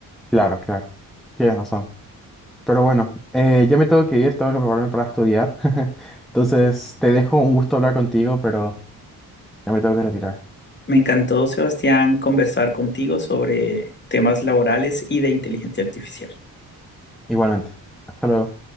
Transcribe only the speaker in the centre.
Claro, claro. Tienes razón. Pero bueno, eh, ya me tengo que ir, tengo que prepararme para estudiar. <laughs> Entonces, te dejo un gusto hablar contigo, pero ya me tengo que retirar.
Igualmente. Hasta luego.